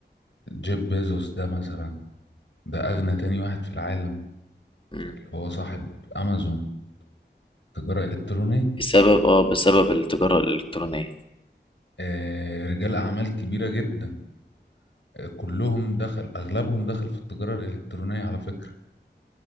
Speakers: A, on the left; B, on the left.
A: جيف بيزوس ده مثلا ده أغنى تاني واحد في العالم
B: مم.
A: اللي هو صاحب أمازون تجارة إلكترونية
B: بسبب اه بسبب التجاره الالكترونيه
A: آه، رجال أعمال كبيرة جدا آه، كلهم دخل أغلبهم دخل في التجارة الإلكترونية على فكرة